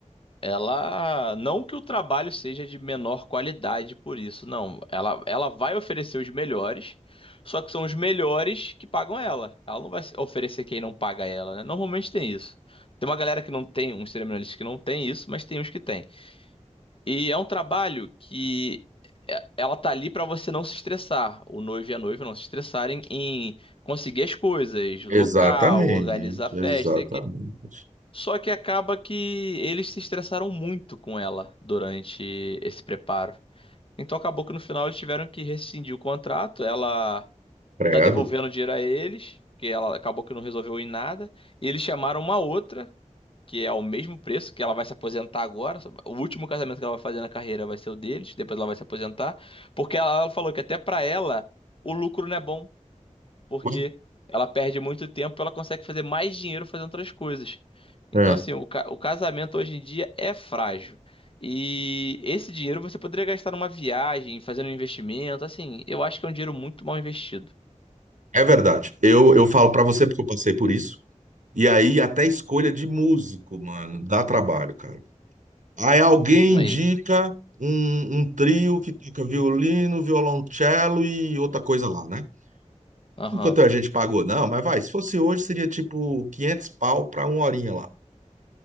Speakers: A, on the left (about 45°); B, on the right (about 80°).
A: Ela, não que o trabalho seja de menor qualidade por isso, não. Ela, ela vai oferecer os melhores, só que são os melhores que pagam ela. Ela não vai se- oferecer quem não paga ela, né? Normalmente tem isso. Tem uma galera que não tem, uns cerimonialistas que não tem isso, mas tem uns que tem. E é um trabalho que é- ela tá ali pra você não se estressar, o noivo e a noiva não se estressarem em conseguir as coisas, local,
B: Exatamente,
A: organizar festa,
B: exatamente.
A: só que acaba que eles se estressaram muito com ela durante esse preparo. Então acabou que no final eles tiveram que rescindir o contrato. Ela
B: Credo.
A: tá devolvendo dinheiro a eles, porque ela acabou que não resolveu em nada. E eles chamaram uma outra, que é ao mesmo preço, que ela vai se aposentar agora. O último casamento que ela vai fazer na carreira vai ser o deles, depois ela vai se aposentar, porque ela falou que até pra ela o lucro não é bom porque
B: Ué,
A: ela perde muito tempo, ela consegue fazer mais dinheiro fazendo outras coisas. Então,
B: É,
A: assim, o, ca- o casamento hoje em dia é frágil. E esse dinheiro você poderia gastar numa viagem, fazendo um investimento, assim, eu acho que é um dinheiro muito mal investido.
B: é verdade. Eu, eu falo pra você porque eu passei por isso. E aí, até escolha de músico, mano, dá trabalho, cara. Aí alguém
A: Aí.
B: indica um, um trio que toca violino, violoncelo e outra coisa lá, né?
A: Aham,
B: Enquanto a gente pagou, não, mas vai, se fosse hoje, seria tipo 500 pau pra uma horinha lá.